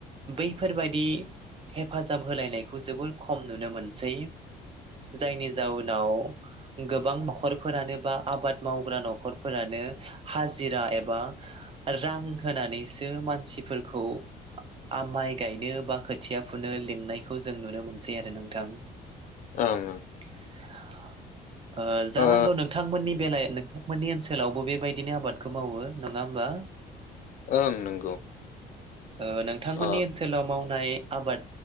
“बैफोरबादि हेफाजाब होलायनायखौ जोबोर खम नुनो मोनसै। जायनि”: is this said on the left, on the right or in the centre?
Right